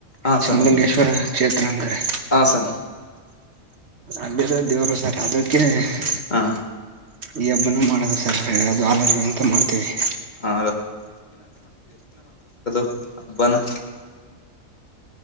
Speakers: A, on the left; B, on the right.
A: ಹಾ
B: ಸುಮಲಿಂಗೇಶ್ವರ
A: ಸರ್
B: ಕ್ಷೇತ್ರ ಅಂದರೆ
A: ಹಾ ಸರ್
B: ಅಲ್ಲಿೇರ ದೇವರು ಸರ್ ಅದಕ್ಕೆ <unintelligible>
A: ಹಾ,,
B: ಈ ಹಬ್ಬನೂ ಮಾಡೋದು ಸರ್ ಅದು ಆಲರ್ ಅಂತ ಮಾಡ್ತೀವಿ <unintelligible>
A: ಹಾ ಹಬ್ಬನಾ...